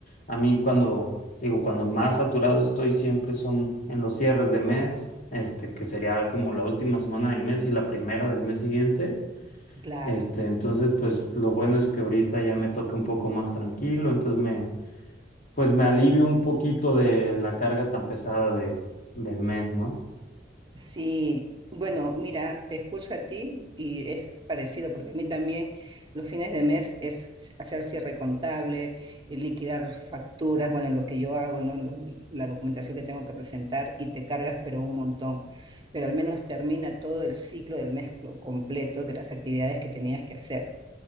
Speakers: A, on the left; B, on the right.
A: A mí cuando, digo, cuando más saturado estoy siempre son en los cierres de mes, este, que sería como la última semana del mes y la primera del mes siguiente.
B: Claro.
A: Este, entonces, pues lo bueno es que ahorita ya me toca un poco más tranquilo, entonces me, pues me alivio un poquito de la carga tan pesada de, del mes, ¿no?
B: Sí, bueno, mira, te escucho a ti y es parecido, porque a mí también los fines de mes es hacer cierre contable, eh, liquidar facturas, bueno, en lo que yo hago, ¿no? Lo- La documentación que tengo que presentar y te cargas, pero un montón. Pero al menos termina todo el ciclo del mes lo completo de las actividades que tenías que hacer.